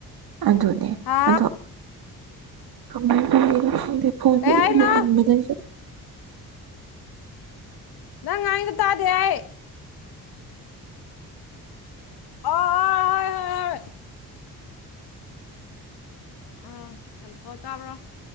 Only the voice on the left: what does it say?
ꯍꯥ
ꯀꯩ
ꯍꯥꯏꯅꯣ
ꯅꯪ ꯉꯥꯡꯉꯤꯗꯣ ꯇꯥꯗꯦ ꯑꯩ ꯑ ꯑꯥ <unintelligible> ꯑ ꯍꯜꯂꯣ ꯇꯕ꯭ꯔꯣ